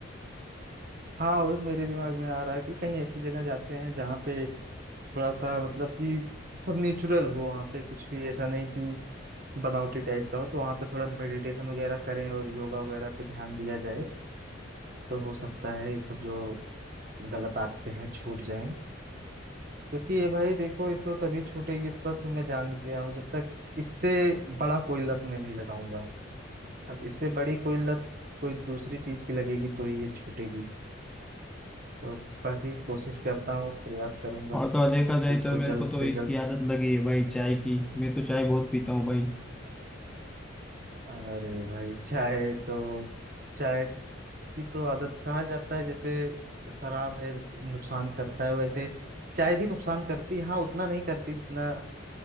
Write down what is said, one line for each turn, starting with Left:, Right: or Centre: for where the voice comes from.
Right: हाँ वो मेरे दिमाग में आ रहा है कि कहीं ऐसी जगह जाते हैं जहाँ पे थोड़ा सा मतलब कि सब नेचुरल हो वहाँ पे कुछ भी ऐसा नहीं कि बनावटी टाइप का हो तो वहाँ पे थोड़ा मेडिटेशन वगैरह करें और योगा वगैरह पे ध्यान दिया जाए तो हो सकता है ये सब जो गलत आते हैं छूट जाएं क्योंकि ये भाई देखो ये तो तभी छूटेगी इतना तो तुम मैं जान गया हूँ जब तक इससे बड़ा कोई लत मैं नहीं लगाऊंगा अब इससे बड़ी कोई लत कोई दूसरी चीज की लगेगी तो ही ये छूटेगी तो काफी कोशिश करता हूँ प्रयास करूंगा
Centre: और तो और देखा जाए
Right: इसको
Centre: तो मेरे
Right: जल्द
Centre: को तो
Right: से
Centre: इसकी
Right: जल्द
Centre: आदत लगी है भाई चाय की मैं तो चाय बहुत पीता हूँ भाई
Right: अरे भाई चाय तो चाय की तो आदत कहा जाता है जैसे शराब है नुकसान करता है वैसे चाय भी नुकसान करती है हाँ उतना नहीं करती जितना